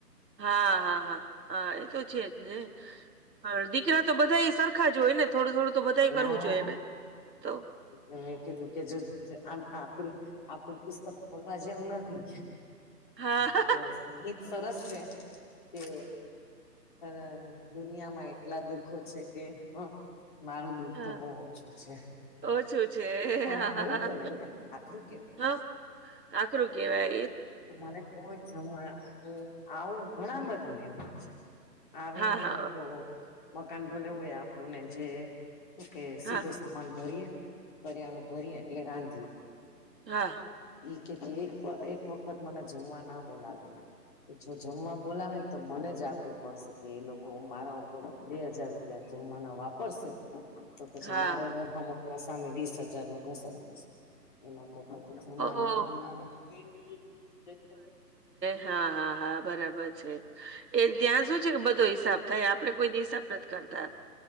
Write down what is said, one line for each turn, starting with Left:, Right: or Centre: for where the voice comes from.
Right: હા હા હા હા, એ તો છે જ ને પણ દીકરા તો બધા એ સરખા જ હોય ને. થોડું થોડું તો બધા કરવું
Left: ના
Right: જોઈએ ને ત.
Left: મેં કીધું કે જો આમ આપણી. આપડું પુસ્તક ખોલવા જેવું નથી
Right: હા,
Left: <unintelligible> ગીત સરસ છે કે અ દુનિયામાં એટલા દુઃખો છે કે હ. મારું દુઃખ
Right: હા.
Left: તો બો ઓછું છે.
Right: ઓછું છે.
Left: પણ
Right: હા,
Left: ખરું
Right: હા, હા.
Left: કેવાય ને આખરું કેવાય.
Right: હા, આકરું કેવાય.
Left: મને કોઈ જમવા હ આવું ઘણા બધાને એવું છે. આવે
Right: હા,
Left: એ
Right: હા.
Left: લોકો મકાન ભલે હોય આપણું ને જે. કે સીધો
Right: હા,
Left: સામાન ભરીએે કરિયાણો ભરીએ એટલે રાંધીએ.
Right: હા.
Left: કે એક એક વખત મને જમવાના બોલાવે. જો જમવા બોલાવે ને તો મને જ આખરું પડશે કે એ લોકો મારા ઉપર બે હજાર રૂપિયા જમાના વાપરશે. તો પછી
Right: હા.
Left: મારો વર અમુકના સામે વીસ હજારનો ઘસાઈ જશે એના જમવા
Right: ઓહ!
Left: ના બોલાવે <unintelligible>
Right: હા હા હા, બરાબર છે એ ત્યાં શું છે કે બધો હિસાબ નય આપડે કોઈ દિવસ નથી કરતા